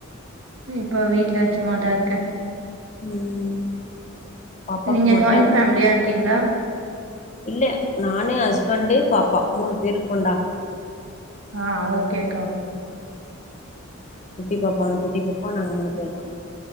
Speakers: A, on the right; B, on the left.
A: இப்போ வீட்ல சும்மாதா இருக்கே
B: ம் பாப்பாக்கு
A: நீங்க
B: மொட்டதா
A: ஜாயிண்ட் ஃபேமிலியா இருக்கீங்களா
B: இல்ல நானு ஹஸ்பண்ட்டு பாப்பா மூணு பேர் இருக்கோன்டா
A: ஆ ஓகேக்கா
B: குட்டி பாப்பா அந்த குட்டி பாப்பா நாங்க மூணு பேர்தா